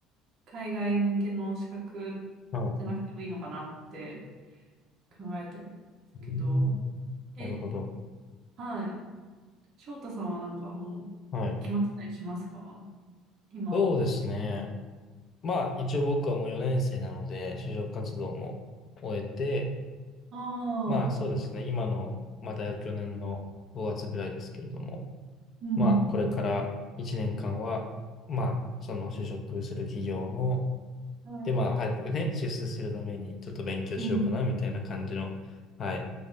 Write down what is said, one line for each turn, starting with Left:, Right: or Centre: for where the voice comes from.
Right: 海外向けの資格
Left: はい。う
Right: じゃなくてもいいのかなって考えてるんですけど、
Left: ーん。
Right: え、
Left: なるほど。
Right: はい。翔太さんはなんかもう
Left: はい。
Right: 決まってたりしますか今。
Left: そうですね。まあ一応僕はもう4年生なので、就職活動も終えて、
Right: ああ、
Left: まあそうですね。今の、まだ去年の5月ぐらいですけれども、
Right: うんうん。
Left: まあこれから1年間は、まあその就職する企業の、
Right: うん。
Left: でまあ早くね、出世するためにちょっと勉強しようかなみたいな感じの、
Right: うん。
Left: はい、